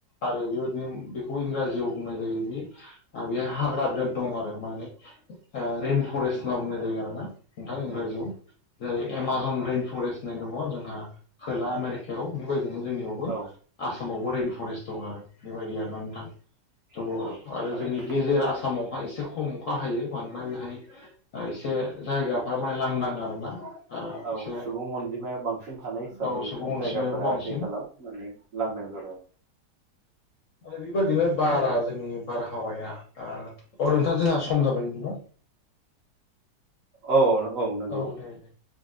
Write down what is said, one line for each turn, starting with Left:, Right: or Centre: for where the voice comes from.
Left: आरो बेबायदिनो बेखौ इंराजियाव बुंनाय जायोदि आं बेयाव हाग्रा दं आरो माने रइ फरेस्ट होनना बुंनाय जायो। आरोना नोंथाङा इंराजियाव
Right: नंगौ
Left: जेरै एमाजन रइेन फरेस्ट होननाय दङ जोंहा खोला आमेरिकायाव बेबायदिनो जोंनियाव
Right: औ
Left: आसामावबो रैइन फरेस्ट दं आरो बेबायदि आरोा नोंथां। औ
Right: नंगौ
Left: आरो
Right: थारैनो
Left: जोंनि गेजेर आसामाव एसे खम अखा हायो मानोना बेहाय एसे जायगाफ्रा माय लांदां आरोना।
Right: औ
Left: एसे
Right: सुबुं अनजिमाया बांसिन थानाय हिसाबै
Left: औ सुबुं
Right: जायगाफोरा
Left: अनजिमायाबो बांसिन
Right: आथिखालाव माने लांदां जाबाय
Left: बेबादिनो बारा जोंनि बारहावाया ओ अ नोंथा जोंहा सम जाबाय बिदिबा
Right: औ नंगौ नंगौ।
Left: औ दे दे